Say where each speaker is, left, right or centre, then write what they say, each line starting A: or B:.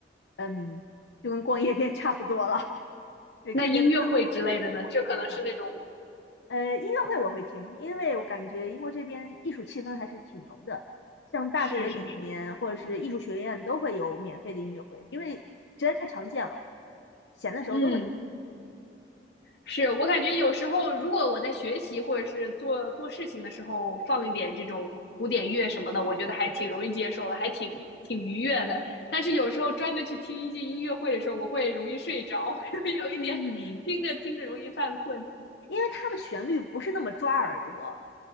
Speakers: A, on the left (about 85°); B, on the left (about 70°).
A: 嗯，就跟逛夜店差不多了。<laughs> 对，
B: 那音乐会之类的呢？
A: 这边的氛围我感觉就跟逛夜店差不多。
B: 这可能是那种，
A: 呃，音乐会我会听，因为我感觉英国这边艺术气氛还是挺浓的，像大学里面或者是艺术学院都会有免费的音乐会，
B: 是是是，
A: 因为实在太常见了，闲的时候都会去听。
B: 嗯，是我感觉有时候，如果我在学习或者是做做事情的时候放一点这种古典乐什么的，我觉得还挺容易接受的，还挺挺愉悦的。但是有时候专门去听一些音乐会的时候，我会容易睡着，<laughs> 有一点听着听着容易犯困。
A: 嗯，因为它的旋律不是那么抓耳朵，